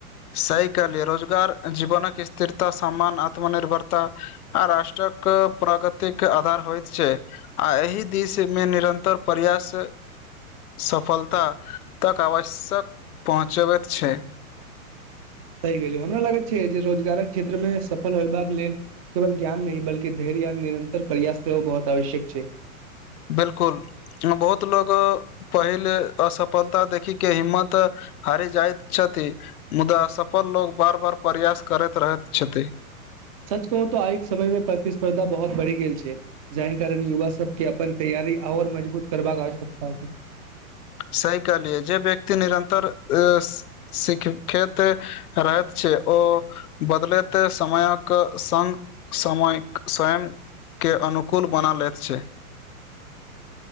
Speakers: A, on the left (about 80°); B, on the right (about 25°).
A: सही कहलिए रोजगार जीवनक स्थिरता सम्मान आत्मनिर्भरता आ राष्ट्रक प्रगतिक आधार होएत छै। आ एहि दिश मे निरन्तर प्रयास सफलता तक आवश्यक पहुँचबैत छै।
B: सही कहलिए हमरा लागै छै जे रोजगारक क्षेत्र मे सफल होयबाक लेल केवल ज्ञान नहि बल्कि धैर्य या निरन्तर प्रयास सेहो बहोत आवश्यक छै।
A: बिल्कुल बहुत लोग पहिल असफलता देखी के हिम्मत हारि जाएत छथि मुदा सफल लोग बार-बार प्रयास करैत रहैत छथि।
B: सच कहू तै आय के समय मे प्रतिस्पर्धा बहुत बढ़ि गेल छै। जहि कारण युवा सबके अपन तैयारी और मजबूत करबाक आवश्यकता छै।
A: सही कहलियै जे व्यक्ति निरन्तर ए सिखैत रहैत छै ओ बदलैत समयक क संग समैक स्वयं के अनुकूल बना लैत छै।